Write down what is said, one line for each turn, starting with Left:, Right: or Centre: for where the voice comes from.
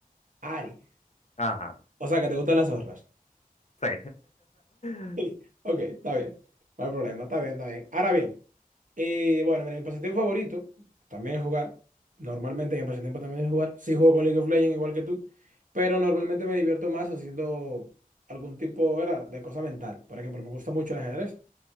Right: Ari.
Left: Ajá,
Right: O sea que te gustan las zorras.
Left: sí. <laughs>
Right: <laughs> Ok, está bien. No hay problema, está bien, está bien. Ahora bien, eh, bueno, mira, mi pasatiempo favorito también es jugar. Normalmente mi pasatiempo también es jugar. Sí juego con League of Legends igual que tú, pero normalmente me divierto más haciendo algún tipo era, de cosa mental. Por ejemplo, me gusta mucho el ajedrez,